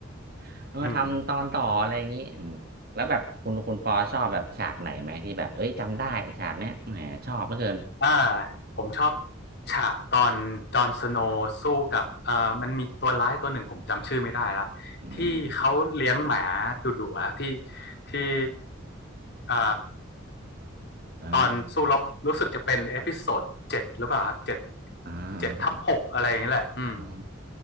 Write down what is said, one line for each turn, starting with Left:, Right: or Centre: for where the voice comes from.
Right: <laughs>
Left: อืม
Right: มาทำตอนต่ออะไรอย่างนี้อืมแล้วแบบคุณคุณปอชอบแบบฉากไหนไหมที่แบบเอ้ยจำได้ฉากเนี้ยแหมชอบเหลือเกิน
Left: อ่าผมชอบฉากตอนจอห์นสโนว์สู้กับเอ่อมันมีตัวร้ายตัวหนึ่งผมจำชื่อไม่ได้ละที่เขาเลี้ยงหมาดุดุอะที่
Right: อืม
Left: ที่เอ่อ
Right: อ่า
Left: ตอนสู้รบรู้สึกจะเป็นเอพิโซดเจ็ดหรือเปล่าครับเจ็ด
Right: อ่า
Left: เจ็ดทับหกอะไรอย่างนี้แหละอืม
Right: อ่าอ๋อ